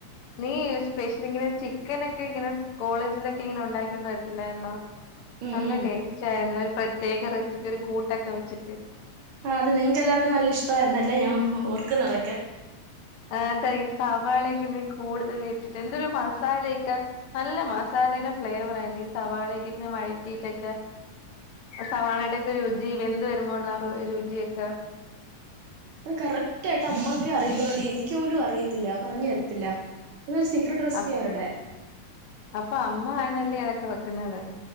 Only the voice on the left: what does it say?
നീ സ്പെഷ്യല് ങ്ങനെ ചിക്കനൊക്കെ ങ്ങനെ കോളേജിലൊക്കെ ഇങ്ങനെ ഉണ്ടാക്കൊണ്ട് വരത്തില്ലായിരുന്നോ
നല്ല
ടേസ്റ്റ് ആയിരുന്നു പ്രത്യേക റെസിപ്പി ഒരു കൂട്ടൊക്കെ വെച്ചിട്ട്
എ ഈ സവാളക്കെ കൂടുതൽ ഇട്ടിട്ട് എന്തൊരു മസാലൊക്കെ നല്ല മസാലയുടെ ഫ്ലേവറായിരുന്നുഈ സവാളക്കെ വഴറ്റിയിട്ടൊക്കെ സവാളയുടെ ഒക്കെ രുചി വെന്ത് വരുമ്പോ ഉള്ള ആ രുചിയൊക്കെ
അപ്
അപ്പൊ അമ്മ ആനല്ലേ അതൊ ക്കെ വെക്കുന്നത്